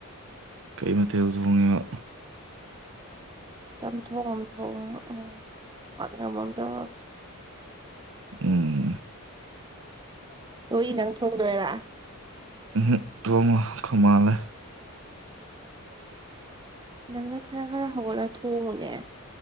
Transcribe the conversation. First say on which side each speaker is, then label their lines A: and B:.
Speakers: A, on the right; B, on the right.
A: ꯀꯔꯤ ꯃꯇꯊꯦꯜ ꯊ ꯍꯣꯡꯉꯤꯕ
B: ꯆꯥꯝꯊꯣꯛꯝꯊꯣꯛ ꯎꯝ ꯄꯥꯛꯅꯃꯝ ꯇꯧꯔ
A: ꯎꯝ
B: ꯅꯣꯏ ꯅꯪ ꯊꯣꯡꯗꯣꯏꯔ
A: ꯎ ꯇ ꯋꯥ ꯀꯃꯂꯦ
B: ꯅꯪꯅ ꯈꯔ ꯈꯔ ꯍꯧꯒꯠꯂ ꯊꯣꯡꯉꯨꯅꯦ